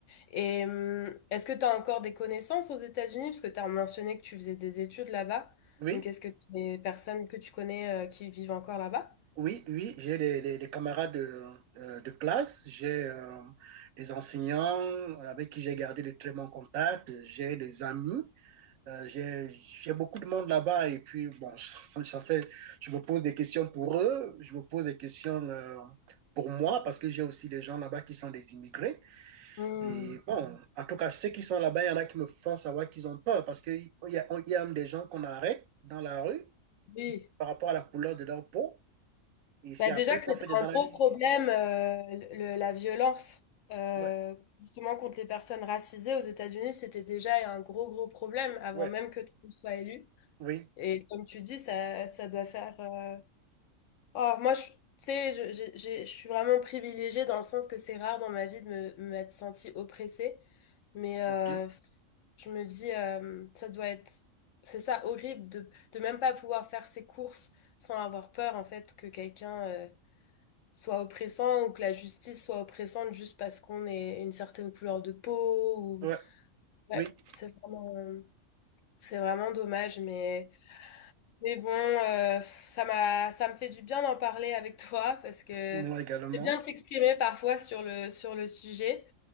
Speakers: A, on the left; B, on the right.
A: et hum, est-ce que tu as encore des connaissances aux États-Unis? Parce que tu as mentionné que tu faisais des études là-bas.
B: Oui.
A: Donc, est-ce que tu as des personnes que tu connais euh, qui vivent encore là-bas?
B: Oui, oui, j'ai des, des- des camarades de, euh, de classe, j'ai euh, des enseignants avec qui j'ai gardé de très bons contacts, j'ai des amis, euh, j'ai, j'ai beaucoup de monde là-bas et puis bon, ça, ça fait, je me pose des questions pour eux, je me pose des questions euh, pour moi parce que j'ai aussi des gens là-bas qui sont des immigrés
A: Hum,
B: et bon, en tout cas ceux qui sont là-bas, il y en a qui me font savoir qu'ils ont peur parce qu'il y a, il y a même des gens qu'on arrête dans la rue
A: Oui.
B: par rapport à la couleur de leur peau et c'est
A: Bah
B: après
A: déjà que
B: qu'on
A: c'était
B: fait des
A: un
B: analyses.
A: gros problème, euh, le- la violence, euh,
B: Ouais,
A: justement contre les personnes racisées aux États-Unis, c'était déjà un gros, gros problème avant
B: ouais,
A: même que Trump soit élu.
B: oui,
A: Et comme tu dis, ça, ça doit faire, euh, Oh, moi, je, tu sais, je, j'ai- j'ai- je suis vraiment privilégiée dans le sens que c'est rare dans ma vie de me, m'être sentie oppressée. Mais euh,
B: ok,
A: je me dis, euh, ça doit être, c'est ça, horrible de, de même pas pouvoir faire ses courses sans avoir peur, en fait, que quelqu'un euh, soit oppressant ou que la justice soit oppressante juste parce qu'on est une certaine couleur de peau. Ou...
B: ouais,
A: Ouais,
B: oui,
A: c'est vraiment, euh, c'est vraiment dommage, mais. Mais bon, euh, ça m'a, ça me fait du bien d'en parler avec <laughs> toi parce que
B: moi également,
A: c'est bien de s'exprimer parfois sur le, sur le sujet.